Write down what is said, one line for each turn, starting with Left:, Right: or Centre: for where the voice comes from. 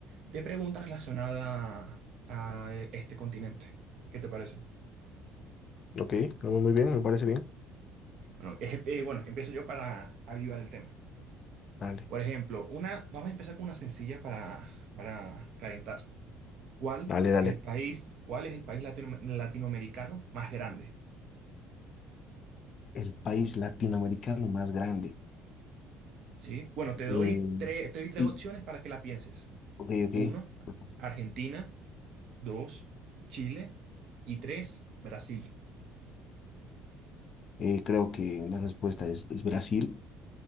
Right: de preguntas relacionadas a eh, este continente. ¿Qué te parece?
Left: ¿Ok? ¿No? Muy muy bien, me parece bien.
Right: Bueno, <laughs> eh, eh, bueno, empiezo yo para avivar el tema.
Left: Dale,
Right: Por ejemplo, una, vamos a empezar con una sencilla para, para calentar. ¿Cuál
Left: dale, dale.
Right: es el país, cuál es el país latino- latinoamericano más grande?
Left: El país latinoamericano más grande.
Right: Sí, bueno, te doy
Left: Eh,
Right: tres, te doy tres
Left: y-
Right: opciones para que la pienses.
Left: ok, ok.
Right: Uno,
Left: por favor.
Right: Argentina. Dos, Chile. Y tres, Brasil. <laughs>
Left: Eh, creo que la respuesta es, es Brasil.